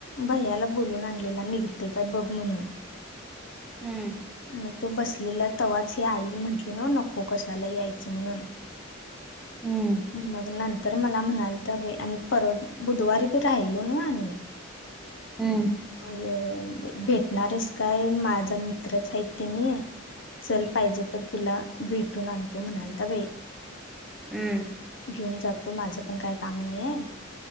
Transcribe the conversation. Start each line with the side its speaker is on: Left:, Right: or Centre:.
Left: भैयाला बोलून आणलेला निघते काय बघ म्हणून,
Centre: हम्म
Left: मग तो बसलेला तवा्हाच हे आई म्हंटली ना नको कशाला यायचं म्हणून
Centre: हम्म
Left: मग नंतर मला म्हणालता बाई आणि परत बुधवारी बी राहिलो ना आम्ही. <unintelligible>
Centre: हम्
Left: मग भेटणारस काय माझा मित्रच आहेत ते मी चल पाहिजे तर तुला भेटून आणतो म्हणाल तर बाई
Centre: हम्म
Left: घेऊन जातो माझं पण काय काम नाही आहे.